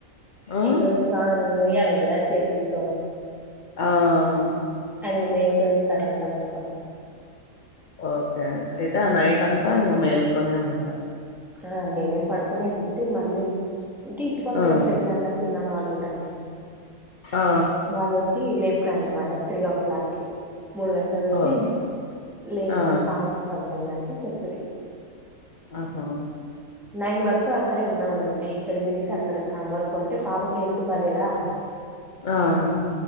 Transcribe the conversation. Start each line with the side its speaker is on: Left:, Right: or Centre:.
Left: ఆ
Centre: ఇప్పుడు స్వామిని మోయాలి కదా చేతుల్ తో
Left: ఆహ్ హ
Centre: అయన్ మేల్కొనేస్తారు అంతా మొత్తం.
Left: ఓకే అండ్ అయితే ఆ నైట్ అంతా ఇంగా మేల్కొనే ఉంటారు.
Centre: ఆహా నేనేం పడుకునేసి మర్లి ఇంటి ఇటు పక్కల
Left: ఆ
Centre: పెద్దనాన్న, చినాన్న వాళ్ళు ఉం టార్గా
Left: ఆ
Centre: వాళ్లొచ్చి లేప్ పున్నారన్నమాట త్రీ ఓ క్లాక్కి మూడు గంటలకు వచ్చి.
Left: ఓకే
Centre: లేండి
Left: ఆ
Centre: అమ్మా స్వమీ వస్తంది అన్నరూ ప్పు చెప్పుది
Left: ఆహ్ హా
Centre: నైన్ వరకు అక్కడే ఉన్నాం. అనమాట ఎక్కడ తిరిగితే అక్కడ సాంవరకు ఉంటే. పాపకి ఎళ్తుూ బలేదా.
Left: ఆహ్